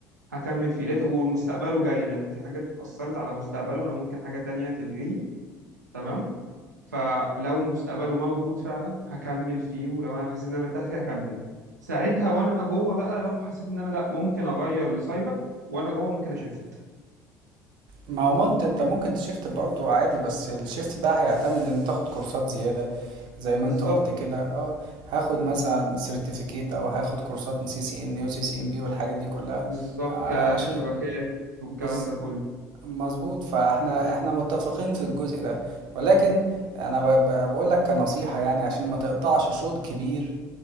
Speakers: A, on the right (about 85°); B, on the right (about 55°).
A: هكمل فيه لات- ومستقبله جاي لان في حاجات اثرت على مستقبله انا ممكن حاجه تانية تلغيه تمام فلو مستقبله موجود فعلا هكمل فيه ولو انا حسيت ان انا مرتاح فيه هكمل ساعتها وانا جوه بقى لو حسيت ان انا لا ممكن اغير لسايبر وانا جوه ممكن اشفت
B: ما هو انت انت ممكن تشيفت برضو عادي بس الشيفت ده هيعتمد ان تاخد كورسات زيادة زي ما
A: بالظبط
B: انت قلت كده اه هاخد مثلا سيرتيفيكيت او هاخد كورسات من سي سي ان اي وسي سي ام بي والحاجات دي كلها
A: بالظبط
B: ع-
A: ك...
B: عشان
A: كشبكات والكلام
B: بز...
A: ده كله
B: مظبوط فاحنا احنا متفقين في الجزء ده ولكن انا ب... ب... بقول لك كنصيحة يعني عشان ما تقطعش شوط كبير